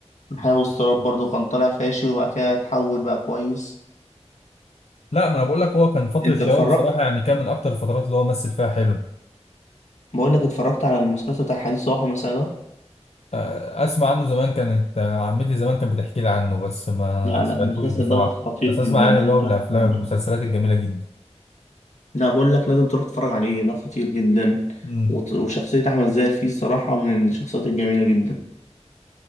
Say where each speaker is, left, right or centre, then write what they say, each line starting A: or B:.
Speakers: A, on the left (about 80°); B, on the left (about 65°).
A: حياة واضطراب برضه كان طالع فاشل وبعد كده اتحول بقى كويس
B: لا ما انا بقول لك هو كان فتره
A: انت
B: شبابه
A: اتفرجت
B: بصراحه يعني كان من اكتر الفترات اللي هو مثل فيها حلو
A: بقول لك اتفرجت على المسلسل بتاع حديث صباح ومساء ده
B: آه، اسمع عنه زمان كانت آه، عمتي زمان كانت بتحكي لي عنه بس ما
A: لا
B: سمعتوش
A: لا المسلسل
B: بصراحه
A: دوت خطير
B: بس
A: جدا
B: اسمع يعني
A: لازم
B: اللي هو
A: تروح
B: من الافلام
A: تتفرج عليه
B: المسلسلات الجميله جدا
A: لا بقول لك لازم تروح تتفرج عليه ده خطير جدا
B: مم.
A: وت- وشخصية أحمد زاهر فيه الصراحة من الشخصيات الجميلة جدا